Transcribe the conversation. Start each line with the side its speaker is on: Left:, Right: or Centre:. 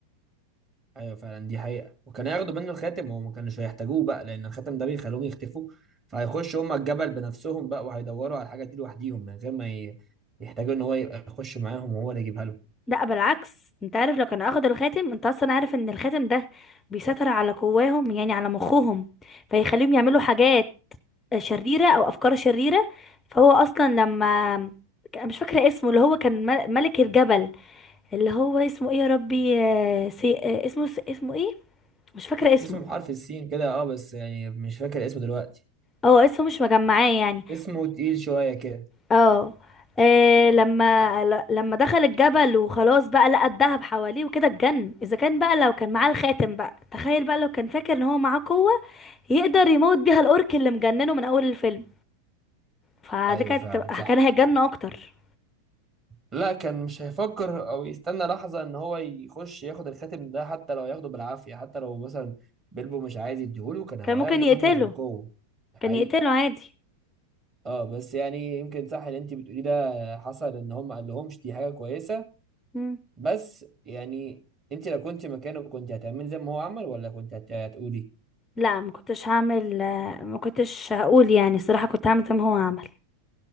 Right: ايوه فعلا دي حقيقة وكان ياخدوا منه الخاتم وما كانوش هيحتاجوه بقى لان الخاتم ده بيخلوهم يختفوا فهيخشوا هم الجبل بنفسهم بقى وهيدوروا على الحاجة دي لوحديهم من غير ما ي- يحتاجوا ان هو يبقى يخش معاهم وهو اللي يجيبها لهم
Left: لا بالعكس انت عارف لو كانوا اخدوا الخاتم انت اصلا عارف ان الخاتم ده بيسيطر على قواهم يعني على مخهم فيخليهم يعملوا حاجات شريره او افكار شريره فهو اصلا لما مش فاكره اسمه اللي هو كان مل- ملك الجبل اللي هو اسمه ايه يا ربي آه، سي... آه، اسمه اسمه ايه مش فاكره اسمه
Right: اسمه بحرف السين كده اه بس يعني مش فاكر اسمه دلوقتي
Left: اه اسمه مش مجمعاه يعني
Right: اسمه تقيل شوية كده
Left: اه آه، لما ل- لما دخل الجبل وخلاص بقى لقى الذهب حواليه وكده اتجن اذا كان بقى لو كان معاه الخاتم بقى تخيل بقى لو كان فاكر ان هو معاه قوه يقدر يموت بيها الاورك اللي مجننه من اول الفيلم فدي
Right: ايوه
Left: كانت
Right: فعلا
Left: تبقى-
Right: صح
Left: كان هيتجن اكتر
Right: لا كان مش هيفكر او يستنى لحظة ان هو يخش ياخد الخاتم ده حتى لو ياخده بالعافية حتى لو مثلا بيلبو مش عايز يديهوله كان هياخده
Left: كان ممكن يقتله
Right: منه بالقوة حقيقي
Left: كان يقتله عادي
Right: اه بس يعني يمكن صح اللي انت بتقوليه ده حصل ان هم ما قالهمش دي حاجة كويسة
Left: مم.
Right: بس يعني انت لو كنت مكانه كنت هتعملي زي ما هو عمل ولا كنت هت- هتقولي
Left: لا ما كنتش هعمل آه، ما كنتش هقول يعني الصراحه كنت هعمل زي ما هو عمل